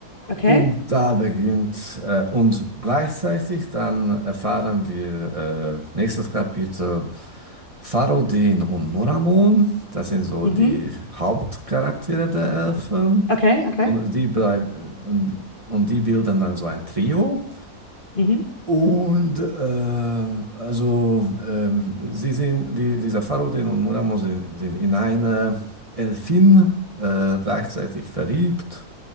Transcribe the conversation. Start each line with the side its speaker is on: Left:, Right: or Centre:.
Left: Okay.
Right: Und da beginnt, äh, und gleichzeitig dann erfahren wir, äh, nächstes Kapitel, Farodin und Nuramon, das sind so
Left: Mhm.
Right: die Hauptcharaktere der Elfen.
Left: Okay, okay.
Right: Und die bleiben, und, und die bilden dann so ein Trio.
Left: Mhm.
Right: Und äh, also ähm, sie sind, die, dieser Farodin und Murano sind, sind in eine Elfin äh, gleichzeitig verliebt.